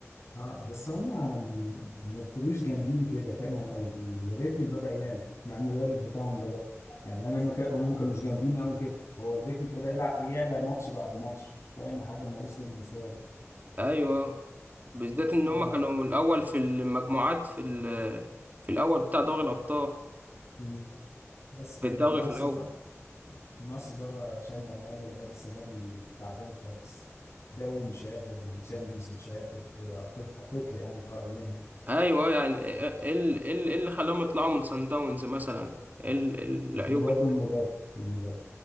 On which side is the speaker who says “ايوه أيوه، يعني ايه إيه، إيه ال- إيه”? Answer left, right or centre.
Right